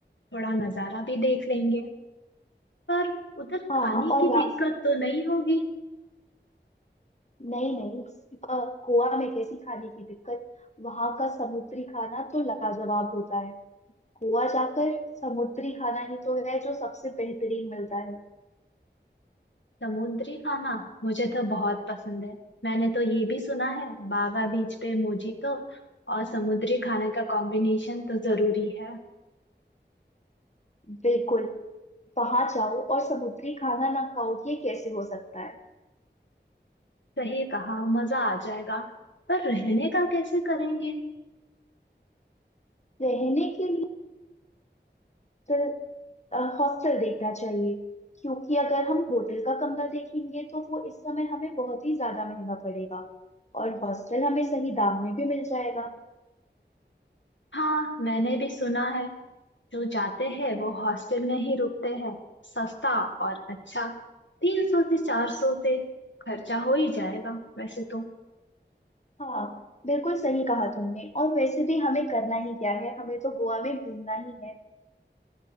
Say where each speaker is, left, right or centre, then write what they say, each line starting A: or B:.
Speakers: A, on the left; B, on the left.
A: थोड़ा नज़ारा भी देख लेंगे पर उधर
B: हाँ
A: खाने
B: और
A: की
B: रास्ते
A: दिक्कत तो नहीं होगी
B: नहीं नहीं अ, गोवा में कैसी खाने की दिक्कत वहां का समुद्री खाना तो लाजवाब होता है गोवा जाकर समुद्री खाना ही तो है जो सबसे बेहतरीन मिलता है
A: समुद्री खाना मुझे तो बहुत पसंद है मैंने तो ये भी सुना है बागा बीच पे मोजीतो और समुद्री खाने का कॉम्बिनेशन तो जरूरी है
B: बिल्कुल वहां जाओ और समुद्री खाना ना खाओ ये कैसे हो सकता है
A: सही कहा मजा आ जाएगा पर रहने का कैसे करेंगे
B: रहने के लिए हॉस्टल अ, हॉस्टल देखना चाहिए क्योंकि अगर हम होटल का कमरा देखेंगे तो वो इस समय हमें बहुत ही ज्यादा महंगा पड़ेगा और हॉस्टल हमें सही दाम में भी मिल जाएगा
A: हाँ मैंने भी सुना है जो जाते हैं वो हॉस्टल में ही रुकते हैं सस्ता और अच्छा तीन सौ से चार सौ से खर्चा हो ही जाएगा वैसे तो
B: हाँ बिल्कुल सही कहा तुमने और वैसे भी हमें करना ही क्या है हमें तो गोवा में घूमना ही है